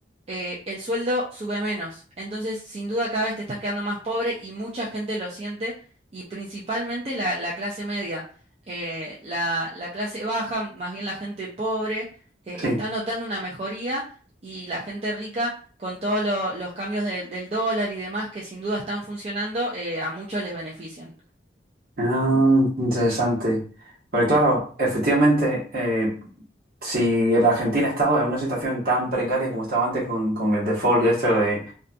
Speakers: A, on the right (about 35°); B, on the right (about 55°).
A: eh, el sueldo sube menos. Entonces, sin duda, cada vez te estás quedando más pobre y mucha gente lo siente, y principalmente la, la clase media. Eh, la, la clase baja, más bien la gente pobre, eh,
B: sí.
A: está notando una mejoría y la gente rica, con todos lo- los cambios del del dólar y demás que sin duda están funcionando, eh, a muchos les benefician.
B: Ah, interesante. Porque claro, efectivamente, eh, si la Argentina estaba en una situación tan precaria como estaba antes con, con el default y esto de